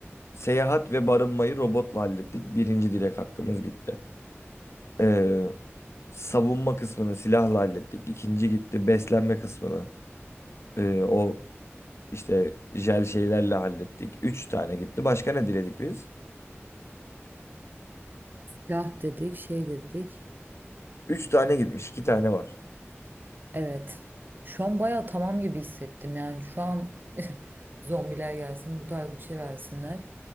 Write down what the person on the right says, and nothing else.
Silah dedik, şey dedik.
Evet. Şu an bayağı tamam gibi hissettim. Yani şu an <laughs> zombiler gelsin, bu tarz bir şey versinler.